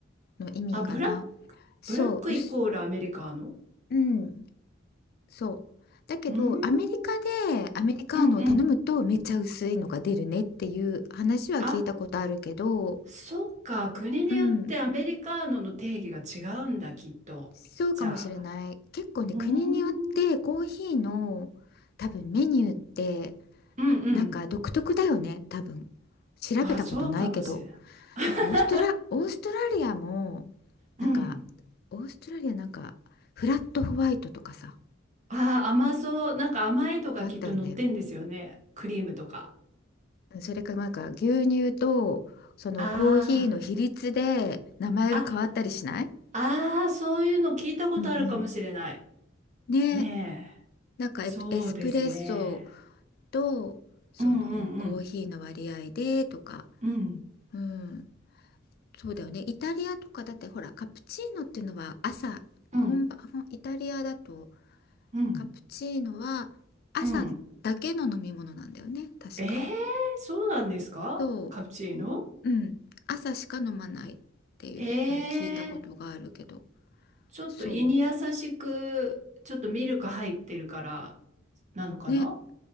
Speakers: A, on the left; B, on the right.
A: の意味かな。
B: あ、ブラック、
A: そう、
B: ブラックイコールアメリカーノ
A: うす、うん。そう。だけど、
B: うーん、
A: アメリカでアメリカーノを頼むとめっちゃ薄いのが出るねっていう話は聞いたことあるけど、
B: うんうん。あ、そっか。国によってアメリカーノの定義が違うんだ、
A: うん、
B: きっと。
A: そうかもしれない。
B: じゃあ。
A: 結構ね、
B: うーん。
A: 国によってコーヒーの多分メニューって
B: うんうん。
A: なんか独特だよね、多分。調べたことないけど。
B: あ、そうかもしれない <laughs>
A: なんかオーストラ、オーストラリアも、
B: うん。
A: なんか、オーストラリアなんか、フラットホワイトとかさ、
B: あ、甘そう。なんか甘いのがきっと乗ってんですよね。
A: なんかあったよね。
B: クリームとか。
A: それからなんか牛乳とそのコーヒーの比率で名前が変わったりしない
B: ああ。あ、ああ、そういうの聞いたことあるかもしれない。
A: うんうん。ね、
B: ね
A: なんかエプエスプレッソ
B: え。そうですね。
A: とそのコーヒーの割合でとか、
B: うんうんうん。うん
A: うん、そうだよね。イタリアとかだってほらカプチーノっていうのは朝本場、
B: うん
A: ほんイタリアだと
B: うん
A: カプチーノは朝だけの飲み物なんだよね、
B: うん。
A: 確か。
B: ええ、そうなんですかカプチーノ
A: そう、うん、朝しか飲まないっていうのを聞いたことがあるけど。
B: へ。えちょっと胃に優しく、
A: そ
B: ちょっとミルク入ってるからなのかな
A: うね